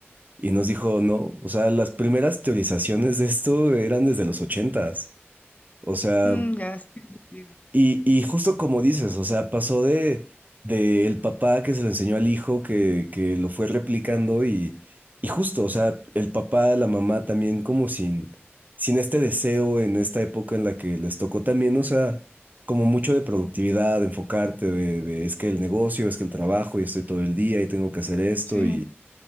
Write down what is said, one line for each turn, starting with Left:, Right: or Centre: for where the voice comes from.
Right: Y nos dijo, no, o sea, las primeras teorizaciones de esto eran desde los ochentas O sea,
Left: mm, ya, sí, tiene sentido.
Right: y, y justo como dices, o sea, pasó de, de el papá que se lo enseñó al hijo, que, que lo fue replicando y, y justo, o sea, el papá, la mamá también como sin, sin este deseo en esta época en la que les tocó también, o sea, como mucho de productividad, de enfocarte, de, de es que el negocio, es que el trabajo y estoy todo el día y tengo que hacer esto
Left: Sí.